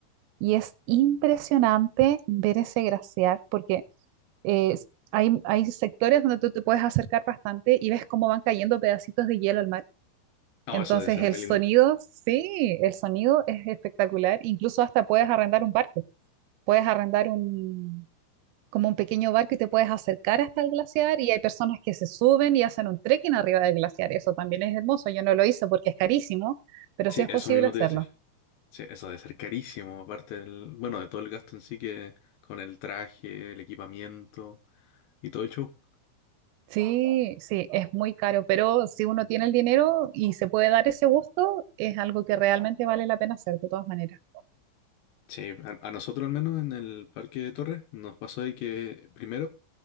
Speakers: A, on the right; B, on the left.
A: Y es impresionante ver ese glaciar porque eh, hay, hay sectores donde tú te puedes acercar bastante y ves cómo van cayendo pedacitos de hielo al mar.
B: no,
A: Entonces
B: eso debe ser
A: el
B: muy
A: sonido,
B: lindo.
A: sí, el sonido es espectacular. Incluso hasta puedes arrendar un barco. Puedes arrendar un, como un pequeño barco y te puedes acercar hasta el glaciar y hay personas que se suben y hacen un trekking arriba del glaciar. Eso también es hermoso. Yo no lo hice porque es carísimo, pero
B: Sí,
A: sí es
B: eso
A: posible
B: mismo
A: hacerlo.
B: te iba a decir. Sí, eso debe ser carísimo, aparte del, bueno, de todo el gasto en sí que con el traje, el equipamiento y todo el show.
A: Sí, sí, es muy caro, pero si uno tiene el dinero y se puede dar ese gusto, es algo que realmente vale la pena hacer de todas maneras.
B: Sí, a, a nosotros al menos en el Parque de Torres nos pasó de que primero